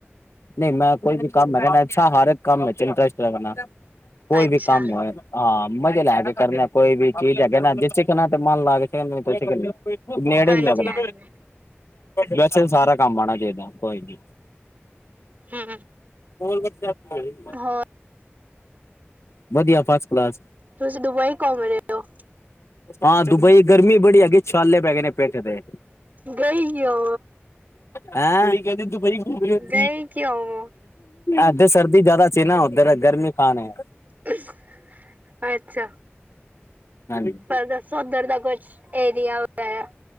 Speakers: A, on the left; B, on the right.
A: ਨਹੀਂ ਮੈਂ ਕੋਈ ਵੀ ਕੰਮ ਹੈ ਕਹਿੰ ਅੱਛਾ ਹਰ ਇੱਕ ਕੰਮ ਇੰਟਰਸਟ ਲ, ਕੋਈ
B: ਅੱਛਾ
A: ਵੀ ਕੰਮ ਹੋ। ਹਾਂ। ਮਜ਼ੇ ਲੈ ਕੇ ਕਰਨਾ ਕੋਈ ਵੀ ਚੀਜ਼ ਹੈਗੇ ਨਾ ਜਿ ਸਿਖਣਾ ਤੇ ਮਨ ਲਾ ਕੇ ਨੇੜੇ
B: ਹਾਂਜੀ
A: ਵੀ ਲੱਗਣਾ।
B: ਹਾਂਜੀ
A: ਵੈਸੇ ਸਾਰਾ ਕੰਮ ਮਾੜਾ ਜੇ ਐਹਦਾ, ਕੋਈ ਨੀ।
B: ਹੂ
A: ਹੋਰ ਬੱਚਾ ਕਾਮੇਗੀ।
B: ਹਾਂ।
A: ਵਧੀਆ ਫਸਟ ਕਲਾਸ।
B: ਤੁਸੀਂ ਦੁਬਈ ਘੁਮ ਰਹੇ ਹੋ।
A: ਹਾਂ ਦੁਬਈ ਗਰਮੀ ਬੜੀ ਹੈਗੀ ਛਾਲੇ ਪੈ ਗਏ ਨੇ ਪੇਠੇ ਤੇ।
B: ਗਈ ਉਹ
A: ਹੈਂ ਕੁੜੀ ਕਹਿੰਦੀ ਦੁਬਈ
B: ਗਈ ਕਿਉਂ ਹੋ?
A: ਐਦੇ ਸਰਦੀ ਜ਼ਿਆਦਾ ਸੀ ਨਾ ਉੱਧਰ ਇਹ ਗਰਮੀ ਖਾਣੇ।
B: ਅੱਛਾ। ਵਿਚ
A: ਹਾਂਜੀ
B: ਪਰ ਬਸ ਉੱਧਰ ਦਾ ਕੁਛ ਏਰੀਆ ਵਗੈਰਾ